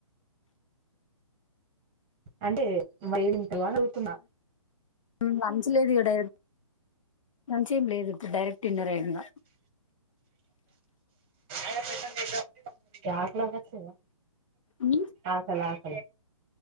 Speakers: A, on the right; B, on the left.
A: అంటే వేడింత వాళ అవుతున్నా
B: లంచ్ లేదు ఇక్కడ మంచి ఏం లేదు అప్పు డైరెక్ట్ డిన్నర్ ఇంకా
A: ఆకలి అవట్లేద
B: ఉమ్,
A: ఆకలి ఆకలి